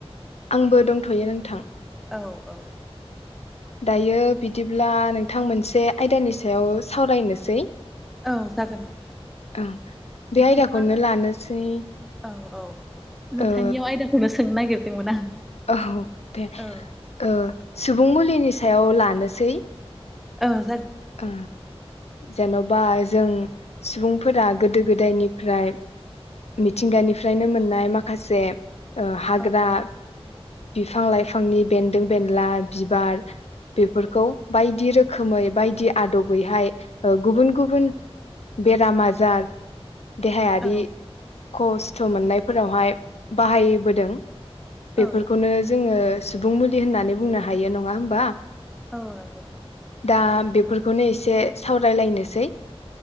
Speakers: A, on the left; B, in the centre.
A: आंबो दंथयो नोंथां।
B: औ औ
A: दायो बिदिब्ला नोंथां मोनसे आयदानि सायाव सावरायनोसै
B: औ जागोन नोंथां
A: ओ
B: बिदिब्ला
A: बे आयदाखौनो लानोसै
B: औ औ नोंथांनियाव
A: ओ
B: आयदाखौनो सोंनो नागिरदोंमोन आं
A: औ दे
B: औ
A: ओ सुबुं मुलिनि सायाव लानोसै
B: ओं
A: आ जेनबा जों सुबुंफोरा गोदो गोदायनिफ्राय मिथिंगानिफ्रायनो मोननाय माखासे ओ हाग्रा
B: औ
A: बिफां लाइफांनि बेन्दों बेनला बिबार बेफोरखौ बायदि रोखोमै बायदि आदबैहाय ओ गुबुन गुबुन बेराम आजार देहायारि
B: औ
A: खस्थ मोननायफोरावहाय बाहायबोदों बेफोरखौनो
B: औ
A: जोङो सुबुं मुलि होननानै बुंनो हायो नङा होमबा?
B: औ नंगौ नों
A: दा बेफोरखौनो एसे सावरायलायनोसै